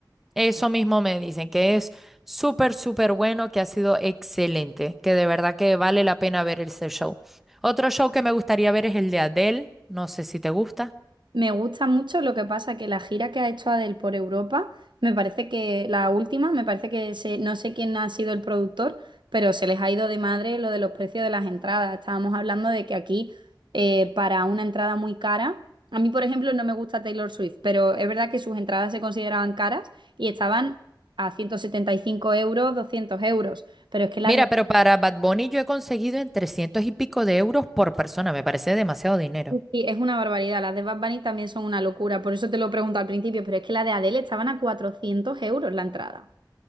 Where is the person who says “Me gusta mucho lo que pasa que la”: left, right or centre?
Right